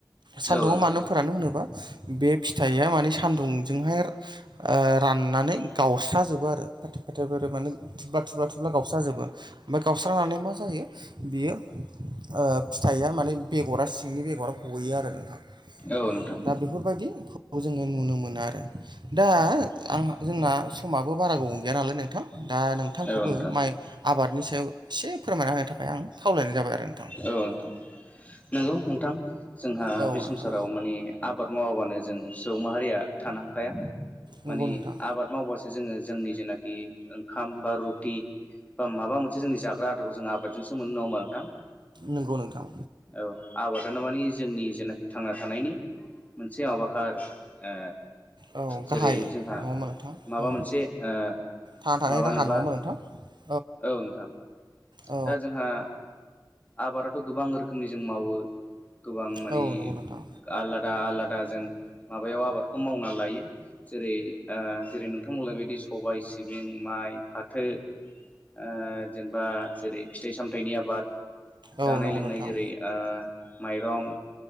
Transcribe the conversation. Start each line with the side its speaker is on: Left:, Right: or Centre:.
Right: सान्दुंङाव
Left: औ नोंथां औ नोंथां औ नोंथां
Right: मानो फोरानो होनोब्ला बे फिथाइया माने सान्दुंजोंहाय। ओ राननानै गावस्राजोबो आरो फाथे, फाथे माने थुब्ला थुब्ला थुब। गावस्राजोबो ओमफाय गावस्रानानै मा जायो। बियो ओ फिथाइया माने बेगरा सिंनि बेगरा गयो आरो नोंथां।
Left: औ नोंथां।
Right: दा बेफोरबायदिखौ जोङो नुनो मोना आरो। दा आंहा जोंना समाबो बारा गोबाव गैया नालाय नोंथां दा नोंथांखौबो
Left: औ नोंथां
Right: माइ। आबादनि सायाव एसे फोरमायना होनो थाखाय आं खावलायनाय जाबाय आरो नोंथां।
Left: औ नोंथां नंगौ नोंथां जोंहा
Right: औ
Left: बे
Right: नोंथां
Left: संसाराव माने आबाद मावाबानो जों सुबुं माहारिया थानो हाखाया
Right: नंगौ
Left: मानि
Right: नोंथां
Left: आबाद मावबासो जोङो जोंनि जेनाखि ओंखाम, बा रुटि बा माबा मोनसे जोंनि जाग्रा आदारखौ जों आबादजोंसो मोननो नङा होमबा नोंथां।
Right: नंगौ नोंथां।
Left: औ आबादानो मानि जोंनि जेनाखि थांना थानायनि मोनसे माबाखा आरो ओ
Right: औ
Left: जेरै
Right: गाहाय
Left: जोंहा
Right: नङा होमबा नोंथां
Left: माबा
Right: उम
Left: मोनसे ओ
Right: थांना थानाय
Left: माबानोबा
Right: राहा नङामोन नोंथां।
Left: औ नोंथां
Right: औ
Left: दा जोंहा आबादाथ' गोबां रोखोमनि जों मावो गोबां मानि
Right: औ नंगौ नोंथां
Left: आलादा, आलादा जों माबायाव आबादखौ मावनानै लायो। जेरै आ जेरै नोंथांमोनलायबायदि सबाय, सिबिं, माइ, फाथो। ओ जेनेबा जेरै फिथाइ -सामथायाइनि आबाद। जानाय
Right: औ नंगौ
Left: - लोंनाय
Right: नोंथां
Left: जेरै आ माइरं